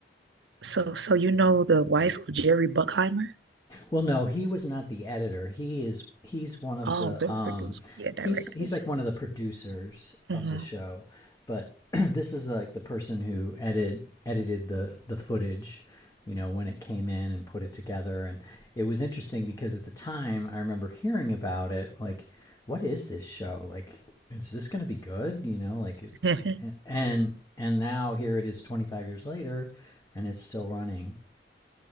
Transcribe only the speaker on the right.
So so you know the wife of Jerry Buckheimer?
Oh,
the
producer, yeah, directors.
hmm
<laughs>